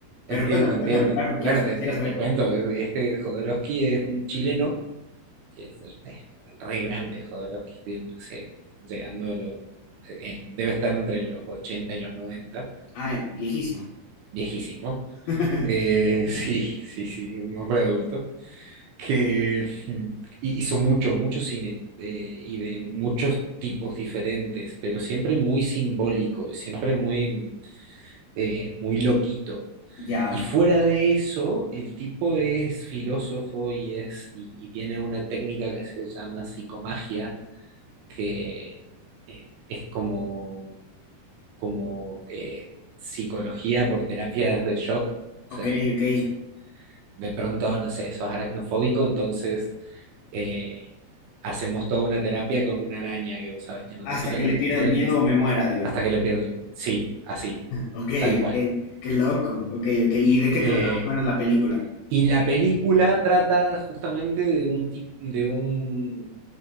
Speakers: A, on the left; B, on the right.
A: Pero
B: Entiendo,
A: cuéntame,
B: entiendo.
A: cuéntame, claro,
B: Bueno,
A: quis-
B: te,
A: quisiera
B: te-
A: saber.
B: te cuento, este Jodorowsky es un chileno, que es, es re grande Jodorowsky, tiene, no sé, llegando a los, eh, eh, debe estar entre los 80 y los noventa
A: Ah, eh, viejísimo.
B: viejísimo.
A: <laughs>
B: Eh, <laughs> sí, sí, sí, un hombre adulto, que mm, hizo mucho, mucho cine, eh, y de muchos tipos diferentes, pero siempre muy simbólico, siempre muy, eh, muy loquito.
A: Ya,
B: Y fuera de eso, el tipo es filósofo y, es, y, y tiene una técnica que se llama psicomagia, que eh, es como, como eh, psicología por terapias de shock. O sea,
A: ok,
B: como,
A: ok.
B: no sé, de pronto, no sé, sos aracnofóbico, entonces eh, hacemos toda una terapia con una araña que vos sabes que no
A: Hasta
B: te pica,
A: que
B: que
A: le
B: no
A: pierda
B: te muerde,
A: el miedo
B: que no sé
A: o me
B: qué,
A: muera, digamos.
B: hasta que le pierden. Sí, así,
A: Ok,
B: tal
A: ok,
B: cual.
A: qué loco, ok, ok. ¿Y de
B: Eh,
A: qué trata más o menos la película?
B: Y la película trata justamente de un, tip- de un,